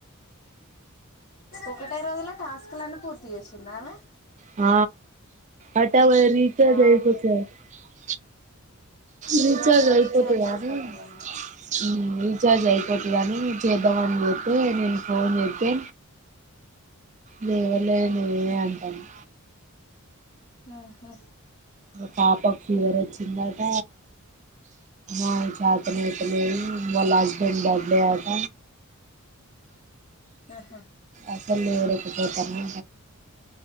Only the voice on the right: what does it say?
హ అంటే ఆమె రీచార్జ్
అయిపోతాది ఆట రీచార్జ్
అయిపోతాది
అని హ్మ్ రీచార్జ్ అయిపోతాది అని చేయమంది అంటే నేను ఫోన్ చేస్తే లేవలేదే అంటంది
పాపం ఫీవర్ ఒచ్చింది ఆట ఆ చతన అయితలేదు వల్ల హస్బెండ్ బర్త్డే అట
అసలులు ఎడ కుతుండన్న